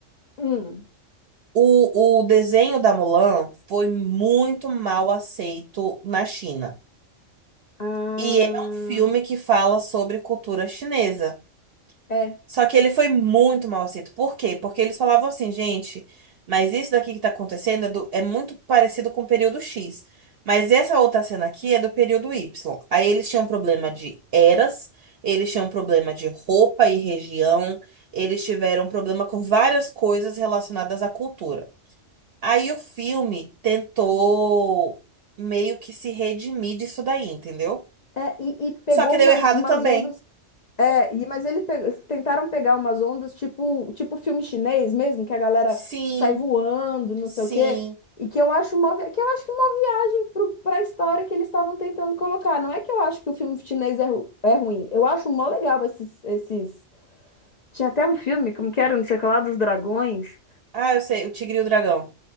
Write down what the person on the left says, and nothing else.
Hum.
Ah.
É,
é, e, e pegou
umas,
umas
ondas. É, e, mas ele pe- eles tentaram pegar umas ondas tipo, tipo filme chinês mesmo, que a galera
sai voando, não
sei o quê, e que eu acho uma, vi- que eu acho que é uma viagem para a história que eles estavam tentando colocar. Não é que eu acho que o filme chinês é, ru- é ruim, eu acho mó legal esses, esses... Tinha até um filme, como que era, não sei o que lá, dos dragões,